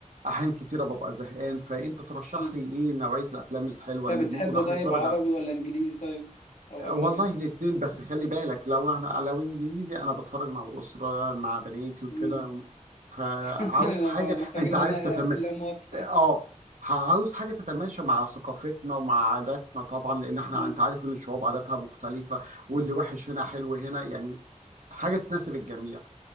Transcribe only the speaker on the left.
مم.
انت
بتحب
طيب
عربي
ولا انجليزي طيب او
اجنبي
امم
<laughs>
فمحتاجين
ننقي
افلام وطن
مم.